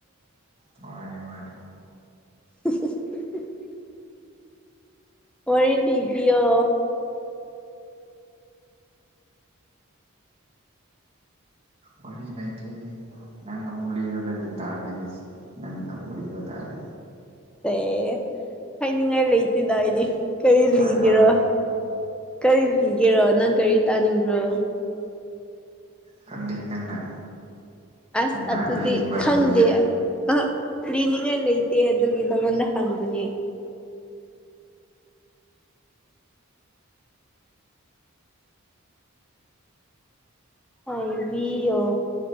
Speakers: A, on the right (about 30°); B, in the centre.
A: ꯎ ꯃꯥꯔꯦ ꯃꯥꯉꯔꯦ
B: <inaudible> ꯋꯥꯔꯤ ꯂꯤꯕꯤꯌꯣ
A: ꯋꯥꯔꯤ ꯂꯩꯇ꯭ꯔꯦ ꯅꯪ ꯑꯃꯨꯛ ꯂꯤꯔꯣ ꯅꯪꯒꯤ ꯇꯥꯔꯒꯦ ꯉꯁꯤ ꯅꯪ ꯑꯃꯨꯛ ꯂꯤꯕ ꯇꯥꯔꯦ
B: ꯑꯦ ꯍꯥꯏꯅꯤꯡꯉꯥꯏ ꯂꯩꯇꯦꯗ ꯑꯩꯗꯤ ꯀꯔꯤ
A: ꯍꯥꯏꯌꯣ
B: ꯂꯤꯒꯦꯔꯣ
A: ꯍꯥꯏꯌꯣ
B: ꯀꯔꯤ ꯂꯤꯒꯦꯔꯣ ꯅꯪ ꯀꯔꯤ ꯇꯥꯅꯤꯡꯕ꯭ꯔꯣ
A: ꯈꯪꯗꯦ ꯅꯪꯅ
B: ꯑꯁ
A: ꯅꯪꯅ
B: ꯑꯗꯨꯗꯤ
A: ꯂꯤꯅꯤꯡꯕꯗꯣ
B: ꯈꯪꯗꯦ
A: ꯂꯤꯌꯣ
B: ꯑ ꯂꯤꯅꯤꯡꯉꯥꯏ ꯂꯩꯇꯦ ꯑꯗꯨꯒꯤ ꯅꯉꯣꯟꯗ ꯍꯪꯕꯅꯦ ꯍꯥꯏꯕꯤꯑꯣ